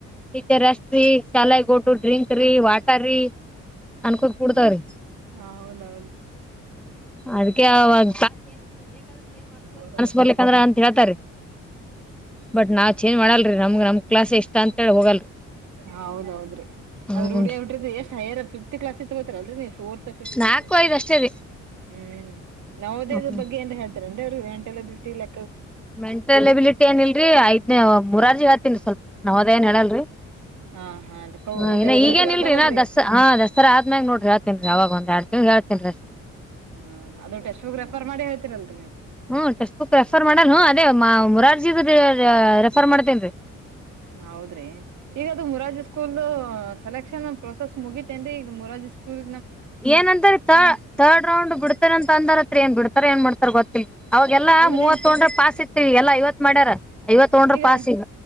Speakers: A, in the centre; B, on the right (about 70°).
A: ಟೀಚರ್ ರೆಸ್ ರೀ ಶಾಲ ಗಟ್ಟು ಡ್ರಿಂಕ್ ರೀ ವಾಟರ್ ರೀ ಅನ್ಕೊಂಡ ಕುಡ್ತವ್ರೀ
B: ಹಾ ಹೌದರಿ
A: ಅದಕ್ಕೆ ಅವಾಗ
B: ಒಂದು ಬ
A: ಬರ್ಲಿ ಅಂದ್ರ ಅಂತ ಹೇಳ್ತಾರೆ ಬಟ್ ನಾವ್ ಚೇಂಜ್ ಮಾಡಲ್ರಿ ನಮ್ಗ ನಮ ಕ್ಲಾಸ್ ಎಷ್ಟ ಅಂತೇಳಿ ಹೋಗಲ್ರಿ.
B: ಹೌದೌದ್ರಿ
A: ಹ್ಮ್
B: ಅದ್ರ ರೂಡಿಯಗಿ ಬಿಟ್ರ ಎಷ್ಟ್ ಹೈಯರ್ ಫಿಫತ್ ಕ್ಲಸ್ ಅಲ್ರಿ ನೀ ಫೋರ್ತ್ ಫಿಫತ್
A: ನಾಲ್ಕು ಐದ್ ಅಷ್ಟೇ ರೀ
B: ಹ್ಮ್ ನೌದೇದ
A: ಹ್ಮ್
B: ಬಗ್ಗೆ ಏನ್ ಹಳ್ತ ರೆಂಡಾ ಮೆಂಟಾಲ್ ಎಬಿಲಿಟ ಇಲ್ಲಾ
A: ಮೆಂಟಲ್ ಎಬಿಲಿಟಿ ಏನಿಲ್ರರಿ ಐದ್ನ ಮೂರಜಿ ಗತ್ತಿಲ್ಲ ಸ್ವಲ್ಪ ನಾವ ಅದ ಏನ್ ಹೇಳಲ್ರರಿ
B: ಹಾ ಹಾ
A: ಹ್ ಇ
B: ಟೆಕ್ಸ್ಟ್
A: ಈಗೇಏನ್ಲ್ರಿ
B: ಬುಕ್ ಬರ್ತಾವಲ್ರರಿ
A: ಇ ನ ದಸ ಹಾ ದಸರಾ ಆದ್ಮ್ಯಾಗ ನೋ್ರಿ ಹೇಳ್ತೇನ್ರಿ ಯಾವಾಗ ಒಂದ್ರಡ್ ತಿನ್ ಹೇಳ್ತಿ ತಿನ್ರಿ
B: ಹ್ಮ ಅದ ಟೆಶೂಗ್ ರೆಫರ್ ಮಾಡಿ ಹೇತೀರಲ್ರರಿ ನೀವು
A: ಹ್ಮ ಟೆಕ್ಸ್ಟ್ ಬುಕ್ ರೆಫರ್ ಮಾಡಲ್ ಅದೇ ಮುರಾರ್ಜಿ ರೆಫರ್ ಮಾಡ್ತೇನ್ೀ
B: ಹೌದ್ರಿ ಈಗದು ಮುರಾಜ ಸ್ಕೂಲ್ದು ಸೆಲೆಕ್ಷನ್ ಪ್ರೊಸೆಸ್ ಮುಗಿತೇನ್ರಿ ಈಗ ಮುರಾರಜಿ ಸ್ಕೂಲ್
A: ಏನಂತಾರೆ ತರ್ಡ್ ರೌಂಡ್ ಬಿಡ ಅಂತ ಅಂದಾರತ್ರ ಏನ್ ಬಿಡ್ತಾರೆ ಏನ್ ಮಾಡ್ತಾರ ಗೊತ್ತಿಲ್ಲ ಅವಾಗಲ್ಲಾ
B: ಹೌದ್ರಿ
A: ಮೂವ ತೊೊಂಡ್ರೆ ಪಸ್ ಇದ ಈಗೆಲ್ಲಾ ಐವತ್ ಮಾಡ್ಯಾರ ಐವತ್ ತೊಗೊಂಡ್ರ
B: ಈಗ
A: ಪಾಸ್